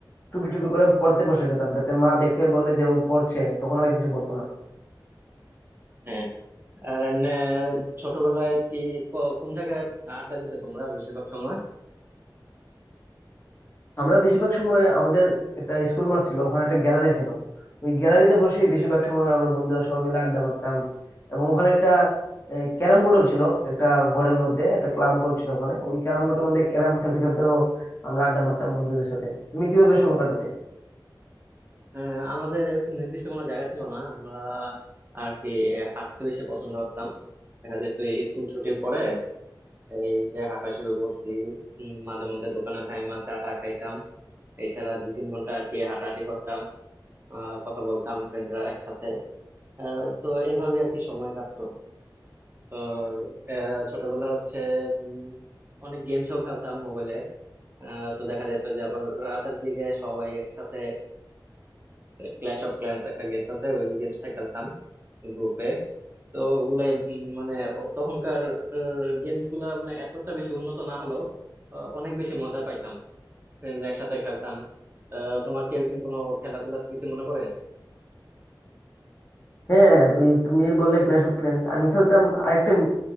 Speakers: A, on the left (about 30°); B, on the right (about 30°).
A: চুপি চুপি করে পড়তে বসে যেতাম যাতে মা দেখে বললে যে ও পড়ছে তখন আর কিছু বলতো না
B: হ্যাঁ আর এমনি ছোটবেলায় কি ক- কোন জায়গায় আড্ডা দিতে তোমরা বেশিরভাগ সময়
A: আমরা বেশিরভাগ সময় আমাদের একটা স্কুল মাঠ ছিল ওখানে একটা গ্যালারি ছিল ওই গ্যালারিতে বসে বেশিরভাগ সময় আমরা বন্ধুরা সবাই মিলে আড্ডা মারতাম এবং ওখানে একটা ক্যারাম বোর্ডও ছিল একটা ঘরের মধ্যে একটা ক্লাব ঘর ছিল ওখানে ওই ক্যারাম বোর্ডের মধ্যে ক্যারাম খেলতে খেলতে আমরা আড্ডা মারতাম বন্ধুদের সাথে তুমি কিভাবে সময় কাটাতে
B: আহ, আমাদের এরকম নির্দিষ্ট কোনো জায়গা ছিল না আমরা আর কি হাঁটতে বেশি পছন্দ করতাম দেখা যেত স্কুল ছুটির পরে এই যে হাঁটা শুরু করছি উম, মাঝে মধ্যে দোকানে টাইমা চা টা খাইতাম এছাড়া দু তিন ঘন্টা আর কি হাঁটাহাঁটি করতাম আহ, কথা বলতাম ফ্রেন্ডরা একসাথে আহ, তো এইভাবে আর কি সময় কাটতো তো আহ, ছোটবেলা হচ্ছে উম, অনেক গেমসও খেলতাম মোবাইলে আহ, তো দেখা যেত যে আবার রাতের দিকে সবাই একসাথে ক্ল্যাশ অফ ক্ল্যান্স একটা গেমস আছে ওই গেমসটা খেলতাম গ্রুপে তো ওগুলাই উম, মানে ও- তখনকার গেমস গুলা মানে এতটা বেশি উন্নত না হলেও আহ, অনেক বেশি মজা পাইতাম ফ্রেন্ডরা একসাথে খেলতাম আহ, তোমার কি এরকম কোনো খেলাধুলার স্মৃতি মনে পড়ে
A: হ্যাঁ ওই তুমি বললে ক্ল্যাশ অফ ক্ল্যান্স আমি খেলতাম আরেকটা